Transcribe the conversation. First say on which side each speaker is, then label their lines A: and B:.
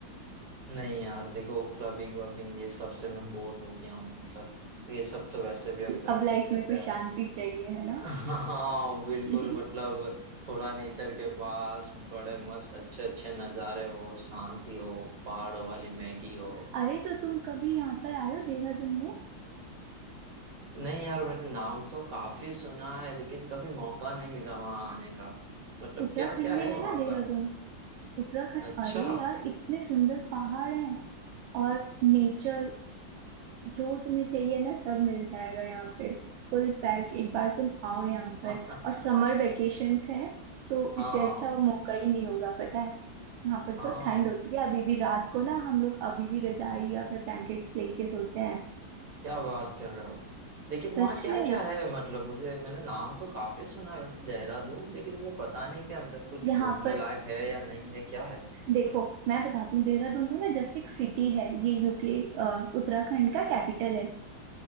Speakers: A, on the right (about 50°); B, on the right (about 90°).
A: नहीं यार देखो क्लबिंग वबिंग ये सब से मैं बोर हो गया हूँ मतलब ये सब तो वैसे भी हम करते
B: अब लाइफ
A: ही रहते
B: में कुछ
A: हैं
B: शांति चाहिए है ना
A: हाँ बिल्कुल
B: <laughs>
A: मतलब थोड़ा नेचर के पास बड़े मस्त अच्छे अच्छे नज़ारे हो शांति हो पहाड़ों वाली मैगी हो
B: अरे तो तुम कभी यहाँ पर आयो देहरादून में
A: नहीं यार मैंने नाम तो काफी सुना है लेकिन कभी मौका नहीं मिला वहां आने का मतलब
B: उत्तराखंड
A: क्या क्या
B: में
A: है
B: है
A: वहां
B: ना देहरादून
A: पर
B: उत्तराखंड
A: अच्छा
B: अरे यार इतने सुंदर पहाड़ हैं और नेचर जो तुम्हें चाहिए ना सब मिल जाएगा यहाँ पे Full pack एक बार तुम आओ यहाँ
A: <laughs>
B: पर और समर वेकेशंस है तो
A: हाँ
B: इससे अच्छा मौका ही नहीं होगा पता है यहाँ पर
A: हाँ
B: तो ठंड होती है अभी भी रात को ना हम लोग अभी भी रजाई या फिर ब्लैंकेट्स लेके सोते हैं
A: क्या बात कर रहे हो लेकिन वहाँ
B: सच
A: क्या
B: में
A: क्या है मतलब मुझे मैंने नाम तो काफी सुना है वैसे देहरादून लेकिन मुझे पता नहीं कि अंदर कुछ
B: यहाँ
A: घूमने
B: पर
A: लायक है या नहीं है क्या है
B: देखो मैं बताती हूँ देहरादून तो ना जस्ट एक सिटी है ये यूके उत्तराखंड का कैपिटल है